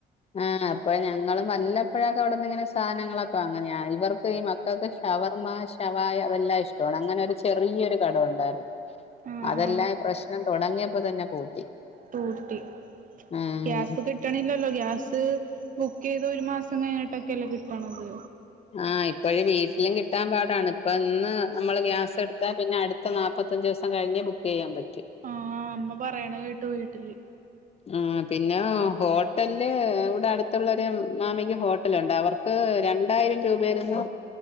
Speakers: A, on the left; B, on the right.
A: ആ അപ്പഴ് ഞങ്ങളും വല്ലപ്പോഴൊക്കെ അവിടന്ന് ഇങ്ങനെ സാധനങ്ങളൊ ഇപ്പ അങ്ങനെയാ ഇവർക്ക് ഈ മക്കൾക്ക് ഷവർമ്മ, ശവായ അതെല്ലാം ഇഷ്ടമാണ് അങ്ങനെ ഒരു ചെറിയൊരു കട ഉ ണ്ടായിരുന്നു.
B: ആ
A: അതെല്ലാം
B: ആ
A: ഈ പ്രശ്നം തുടങ്ങിയ പ്പോ തന്നെ പൂട്ടി.
B: തൂട്ടി
A: ആഹ്
B: ഗ്യാസ് കിട്ടണില്ല ല്ലോ ഗ്യാസ് ബുക്ക് ചെയ്ത് ഒരു മാസം കഴിഞ്ഞിട്ടൊക്കെല്ലോ കിട്ടണത്.
A: ആഹ് ഇപ്പോഴ് വീട്ടിലും കിട്ടാൻ പാടാണ്. ഇപ്പൊ ഇന്ന് നമ്മൾ ഗ്യാസ് എടുത്താ പിന്നെ അടുത്ത നാല്പത്തിയഞ്ച് ദിവസം കഴിഞ്ഞ് ബുക്ക് ചെയ്യാൻ പ
B: ആഹ് അമ്മ പറയണ കേട്ടു വീട്ടില്.
A: ആ പിന്നെ ഹോട്ടൽല് ഇവിടെ അടുത്തുള്ളൊരു മാമിക് ഹോട്ടലുണ്ട് അവർക്ക് രണ്ടായിരം രൂപേരുന്നു